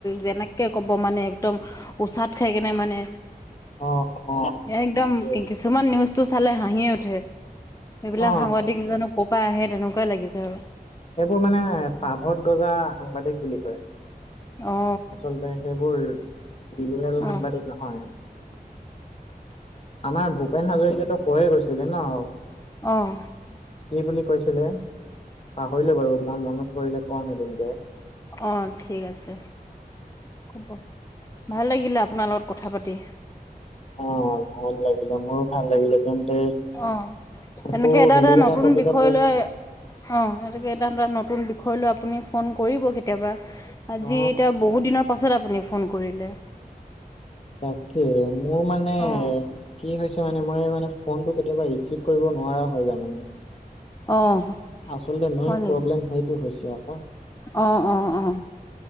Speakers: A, on the left; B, on the left.
A: যেনেকে কে কব মানে, একদম উচাত খাই কেনে মানে
B: অ অ
A: একদম
B: সেইটোৱে
A: কিছুমান নিউজতটো চালে হাঁহিয়ে উঠে সেইবিলাক
B: অ
A: সাংবাদিক এজনক ক'ৰ পৰা আহে তেনেকুৱাই লাগিছে আৰু
B: সেইবোৰ মানে পাভদ গজা সাংবাদিক বুলি কয়
A: অ
B: আচলতে সেইবোৰ বিল
A: অ উম
B: সাংবাদিক নহয় আমাৰ ভূপেন হাজৰিকটো পঢ়াই গৈছিলিলে ন
A: আহ,
B: কি বুলি কৈছিলে পাহৰিলো বাৰু মই, মনত পৰিলে কম এদিন যে
A: অ, ঠিক আছে হব ভাল লাগিলে আপোনাৰ লগত কথা পাতি
B: অ', ভাল লাগিলে মোৰো ভাল লাগিলে তেন্তে
A: অ',
B: আকৌ
A: নেকে এটা
B: বেলেগ
A: এটা নতুন
B: টপিকত
A: বিষয় লৈ অ', নেকে এটা ধৰা নতুন বিষয় লৈ আপুনি ফোন কৰিব কেতিয়াবা! আজি
B: অ
A: এতিয়া বহুত দিনৰ পাছত আপুনি ফোন কৰিলে
B: তাকে মোৰ মানে
A: অ',
B: কি হৈছে মানে মই মানে, ফোনটো কেতিয়াবা ৰিচিভ কৰিব নোৱাৰা হয় য মানে
A: অ',
B: আচলতে মেইন
A: হয় নেকি
B: প্ৰব্লেম সেইটো হৈছে আকৌ
A: অ', অ',